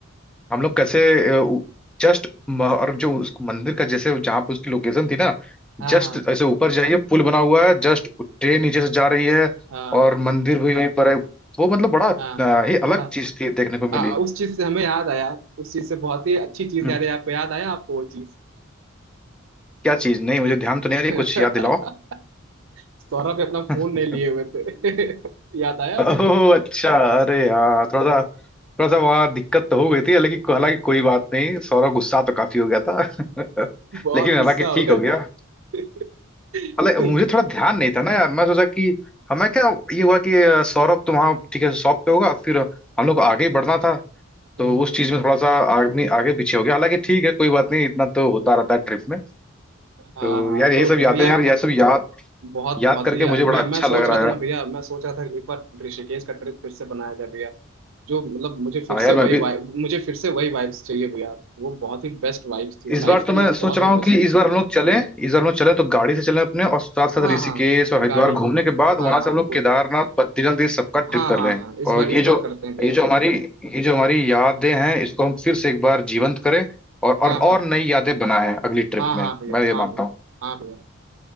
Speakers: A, in the centre; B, on the right.
A: हम लोग कैसे जस्ट और जो उस मंदिर का जैसे जहाँ पे उसकी लोकेशन थी ना
B: हाँ
A: जस्ट
B: हाँ
A: ऐसे ऊपर जाइए पुल बना हुआ है जस्ट ट्रेन नीचे से जा रही है
B: हाँ
A: और मंदिर भी वहीं पर है वो मतलब बड़ा अ,
B: हाँ
A: ही अलग
B: बड़ा
A: चीज थी देखने को मिली
B: आ, उस चीज से हमें याद आया उस चीज से बहुत ही अच्छी चीज
A: हम्म,
B: याद है आपको याद आया आपको वो चीज
A: क्या चीज नहीं मुझे ध्यान तो नहीं
B: <laughs>
A: आ रही कुछ याद दिलाओ
B: सौरभ भी अपना
A: <laughs>
B: फोन नहीं लिए हुए थे <laughs> याद आया
A: ओह अच्छा अरे यार थोड़ा सा थोड़ा सा वहाँ दिक्कत तो हो गई थी हालांकि हालांकि कोई बात नहीं सौरव गुस्सा तो काफी हो गया था <laughs>
B: बहुत
A: लेकिन
B: गुस्सा
A: हालांकि
B: हो
A: ठीक
B: गया
A: हो गया।
B: था
A: अरे मुझे
B: <laughs>
A: थोड़ा ध्यान नहीं था ना यार मैं सोचा कि हमें क्या ये हुआ कि अ, सौरभ तो वहाँ ठीक है शॉप पे होगा फिर हम लोग को आगे ही बढ़ना था तो
B: हम्म,
A: उस चीज में थोड़ा सा आगे आगे पीछे हो गया हालांकि ठीक है कोई बात नहीं इतना तो होता रहता है ट्रिप में
B: हाँ
A: तो
B: हाँ
A: यार यही
B: तो
A: सब यादें
B: भैया
A: यार यह सब याद
B: बहुत बहुत
A: याद करके
B: ही यार
A: मुझे
B: मैं
A: बड़ा अच्छा
B: मैं सोच
A: लग रहा
B: रहा
A: है
B: था
A: यार
B: ना भैया मैं सोच रहा था एक बार ऋषिकेश का ट्रिप फिर से बनाया जाए भैया जो मतलब मुझे फिर
A: हाँ
B: से
A: यार मैं
B: वही
A: भी
B: वाइब मुझे फिर से वही वाइब्स चाहिए भैया वो बहुत ही बेस्ट वाइब्स थी
A: इस
B: लाइफ
A: बार तो
B: की
A: मैं सोच
B: बहुत
A: रहा
B: ही
A: हूँ
B: बेस्ट
A: कि इस बार हम लोग चलें इस बार हम लोग चलें तो गाड़ी से चलें अपने और साथ साथ
B: हाँ
A: ऋषिकेश
B: हाँ
A: और हरिद्वार
B: गाड़ी
A: घूमने के बाद
B: हाँ
A: वहां
B: हाँ
A: से हम लोग
B: पूरे
A: केदारनाथ बद्रीनाथ ये सबका ट्रिप
B: हाँ
A: कर
B: हाँ
A: रहे हैं
B: हाँ इस बार
A: और
B: इस
A: ये जो
B: बार करते हैं भैया
A: ये जो हमारी ये जो हमारी यादें हैं इसको हम फिर से एक बार जीवंत करें और और,
B: हाँ
A: और
B: हाँ
A: नई यादें बनाएं अगली ट्रिप
B: हाँ हाँ
A: में
B: भैया
A: मैं ये
B: हाँ
A: मानता
B: भैया
A: हूँ
B: हाँ भैया